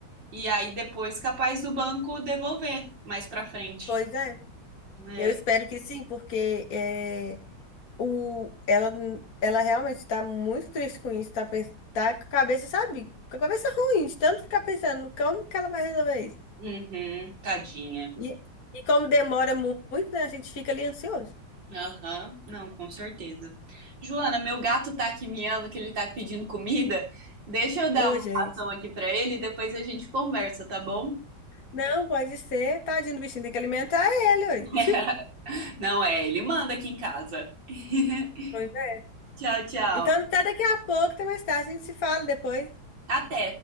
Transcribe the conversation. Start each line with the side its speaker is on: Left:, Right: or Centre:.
Right: e aí depois capaz do banco devolver mais pra frente.
Left: Pois é,
Right: É.
Left: eu espero que sim, porque é, o, ela, ela realmente está muito triste com isso, tá, pens- tá com a cabeça, sabe? Com a cabeça ruim, de tanto ficar pensando no como que ela vai resolver isso.
Right: Uhum, tadinha.
Left: E, e como demora mu- muito, né, a gente fica ali ansioso.
Right: Aham, não, com certeza. Joana, meu gato tá aqui miando que ele tá pedindo comida. Deixa eu dar
Left: Ô,
Right: uma
Left: gente.
Right: ração aqui pra ele e depois a gente conversa, tá bom?
Left: Não, pode ser. Tadinho do bichinho, tem que alimentar ele
Right: <laughs>
Left: hoje. <laughs>
Right: Não é, ele manda aqui em casa. <laughs>
Left: Pois é.
Right: Tchau, tchau.
Left: Então, até daqui a pouco, até mais tarde, a gente se fala depois.
Right: Até.